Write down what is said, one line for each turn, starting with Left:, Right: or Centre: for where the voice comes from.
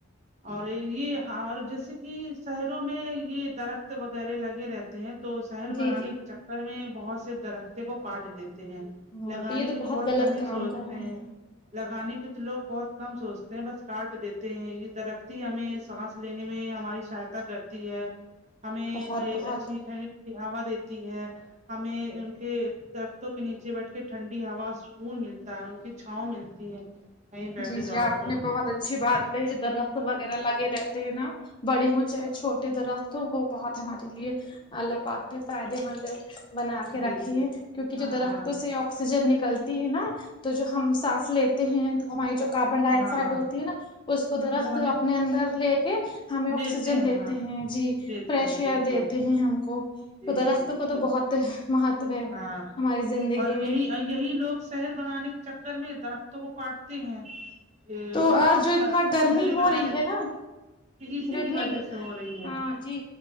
Right: اور یہ اور جیسے کہ شہروں میں یہ درخت وغیرہ لگے رہتے ہیں تو شہر
Left: جی
Right: بنانے
Left: جی
Right: کی چکر میں بہت سارے درخت کاٹ دیتے ہیں
Left: ہاں
Right: لگانے
Left: یہ
Right: کی تو بہت
Left: غلط
Right: کم ہی
Left: کام
Right: سوچ
Left: کر رہے ہیں
Right: لگانے کی تو لوگ بہت کم سوچتے ہیں بس کاٹ دیتے ہیں یہ درخت ہی ہمیں سانس لینے میں ہماری سہایتا کرتی ہے ہمیں
Left: بہت بہت
Right: اچھی ٹھنڈی ہوا دیتی ہے ہمیں ان کے درختوں کے نیچے بیٹھ کے ٹھنڈی ہوا سکون ملت تا ان کی چھاؤں ملتی ہے کہیں بیٹھ
Left: جی جی
Right: جاؤ
Left: آپ
Right: تو
Left: نے بہت اچھی بات کہی جو درخت وغیرہ لگے رہتے ہیں نا بڑے ہوں یہ چاہے چھوٹے درخت تو وہ بہت ہمارے لیے اللہ پاک نے فائدے مند بنا کے
Right: جی
Left: رکھے
Right: جی
Left: ہیں کیونکہ جو
Right: ہاں
Left: درختوں سے آکسیجن نکلتی ہے نا تو جو ہم سانس لیتے ہیں تو ہمارے جو کاربن ڈائی
Right: ہاں
Left: آکسائڈ ہوتی ہے نا اس کو درخت
Right: وہ ہمیں
Left: اپنے اندر لے کے ہمیں آکسیجن
Right: لیتے
Left: دیتے
Right: ہاں
Left: ہیں جی
Right: دیتے
Left: فریش
Right: ہیں
Left: ایئر
Right: بالکل
Left: دیتے ہیں ہم کو
Right: جی
Left: تو درخت
Right: جی جی
Left: کا تو بہت مہتو ہے
Right: ہاں
Left: ہماری زندگی
Right: اور
Left: میں
Right: یہی یہی لوگ شہر بنانے کے چکر میں درختوں کو کاٹتے ہیں
Left: تو
Right: وہاں
Left: آج جو اتنا گرمی
Right: گھر
Left: ہو
Right: بنا
Left: رہی
Right: لے
Left: ہے نا
Right: اسی
Left: جتنی
Right: کی وجہ سے ہو رہی
Left: ہاں
Right: ہے
Left: جی